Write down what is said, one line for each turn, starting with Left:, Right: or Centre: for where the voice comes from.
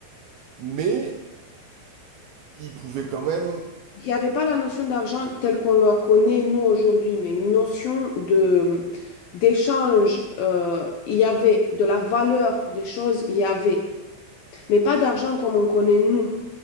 Right: mais ils pouvaient quand même
Left: Il n'y avait pas la notion d'argent telle qu'on la connaît, nous, aujourd'hui, mais une notion de, d'échange, euh, il y avait, de la valeur des choses, il y avait, mais pas d'argent comme on connaît, nous.